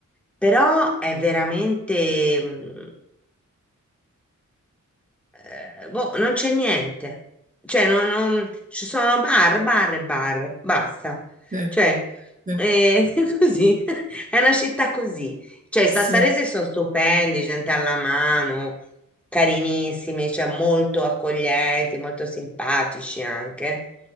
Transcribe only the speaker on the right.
sì,
sì,
sì.